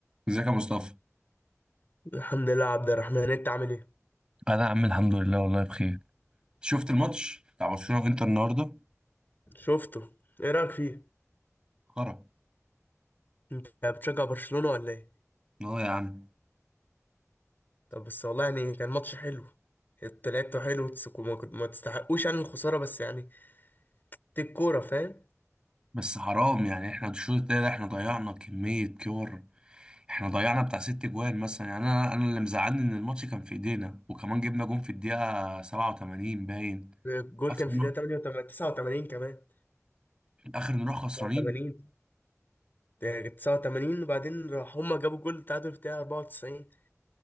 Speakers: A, on the right (about 15°); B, on the left (about 40°).
A: ازيك يا مصطفى
B: الحمد لله يا عبد الرحمن انت عامل ايه
A: انا يا عم الحمد لله والله بخير شفت الماتش بتاع برشلونة وانتر النهارده
B: شفته ايه رايك فيه
A: خرا
B: انت بتشجع برشلونة ولا ايه
A: لا يا عم
B: طب بس والله يعني كان ماتش حلو انت لعبته حلو تسك- وما كنت- ما تستحقوش يعني الخسارة بس يعني دي الكورة فاهم
A: بس حرام يعني احنا الشوط التاني احنا ضيعنا كمية كور احنا ضيعنا بتاع ست جوان مثلا يعني انا انا اللي مزعلني ان الماتش كان في ايدينا وكمان جبنا جون في الدقيقة 87 باين
B: الجول
A: اخر
B: كان في
A: ن-
B: دقيقة 88 89 كمان
A: في الاخر نروح خسرانين
B: 89 ده كانت 89 وبعدين راح هما جابوا جول التعادل في دقيقة 94